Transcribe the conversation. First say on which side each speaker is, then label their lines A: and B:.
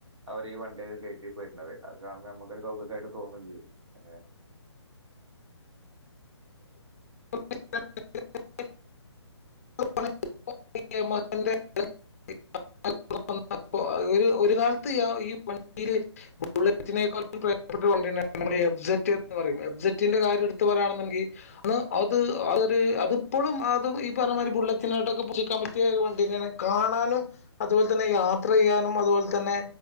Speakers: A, on the right; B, on the left.
A: അവര് ഈ വണ്ടിയൊക്കെ കേറ്റി പോര്നത് അത് കാണുമ്പോ ഞമ്മക്കൊരു കൗതുകായിട്ട് തോന്നും ചെയ്യും ഏഹ്
B: <unintelligible> <unintelligible> <unintelligible> ഒരു കാലത്ത് ഞാൻ ഈ വണ്ടില് ബുള്ളറ്റിനേക്കാളും പ്രിയപ്പെട്ട വണ്ടിണ്ടാ ങ്ങനെ നമ്മടെ എവ് സെറ്റ്ന്ന് പറയും എവ് സെറ്റിന്റെ കാര്യം എടുത്ത് പറയാണ്ന്ന്ണ്ടെങ്കി അന്ന് അത് അതൊര് അത് ത് ഇപ്പളും ആതും ഈ ഇപ്പറഞ്ഞമാതിരി ബുള്ളറ്റിനോടൊക്കെ പിടിച്ച്നിക്കാൻ പറ്റിയ ഒരു വണ്ടിതന്നെയാണ് കാണാനും അതുപോലെ തന്നെ യാത്ര ചെയ്യാനും അതുപോ അത് പോൽതന്നെ